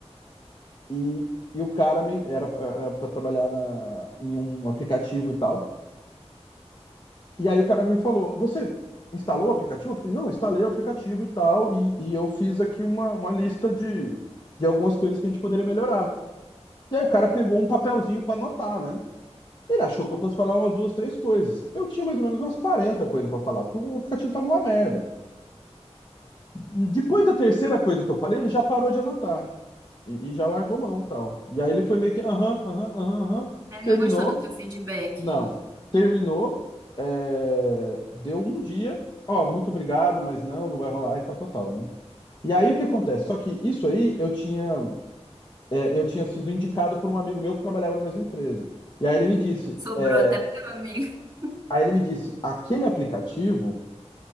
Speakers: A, on the left; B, on the right.
A: E, e o cara me era, era para trabalhar na, em um aplicativo e tal. E aí o cara me falou: Você instalou o aplicativo? Eu falei: Não, instalei o aplicativo e tal. E, e eu fiz aqui uma, uma lista de, de algumas coisas que a gente poderia melhorar. E aí o cara pegou um papelzinho para anotar, né? Ele achou que eu fosse falar umas duas, três coisas. Eu tinha mais ou menos umas 40 coisas para falar, porque o aplicativo tava uma merda. Depois da terceira coisa que eu falei, ele já parou de anotar. E, e já largou mão e tal. E aí ele foi meio que, aham, aham, aham, aham.
B: É, não
A: Terminou?
B: gostou do teu feedback?
A: Não. Terminou, é, deu um dia, ó, muito obrigado, mas não, não vai rolar e tal, tal, tal, né? E aí o que acontece? Só que isso aí eu tinha, é, eu tinha sido indicado por um amigo meu que trabalhava na mesma empresa. E aí ele me disse,
B: Sobrou
A: é,
B: até para mim. <laughs>
A: aí ele me disse, aquele aplicativo,